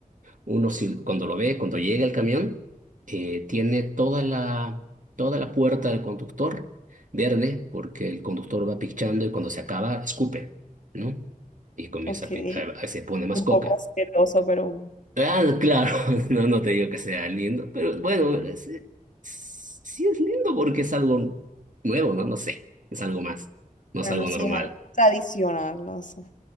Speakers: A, on the right; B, on the left.
A: uno si- cuando lo ve, cuando llega el camión, eh, tiene toda la, toda la puerta del conductor verde, porque el conductor va picchando y cuando se acaba, escupe, ¿no? Y comienza
B: Ok,
A: a, pi- a- a- se pone más
B: un
A: coca.
B: poco asqueroso, pero
A: Ah, no, claro, <laughs> no, no te digo que sea lindo, pero bueno, es- es- sí es lindo porque es algo nuevo, ¿no? No sé, es algo más, no
B: bueno,
A: es algo
B: sí
A: normal.
B: es algo tradicional, no sé.